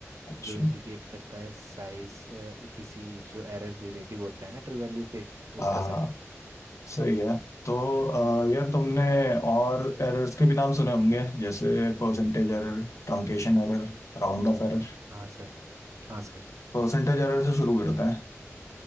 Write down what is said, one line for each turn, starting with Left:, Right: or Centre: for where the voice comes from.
Left: अच्छा
Right: जो इंडिकेट करता है साइज किसी जो एरर रिलेटिव होता है ना ट्रू वैल्यू के
Left: आ,
Right: उसका साइज
Left: सही है तो आ, यार तुमने और एरर्स के भी नाम सुने होंगे जैसे percentage error truncation error round off error
Right: हाँ सर हाँ सर
Left: Percentage error से शुरू करते हैं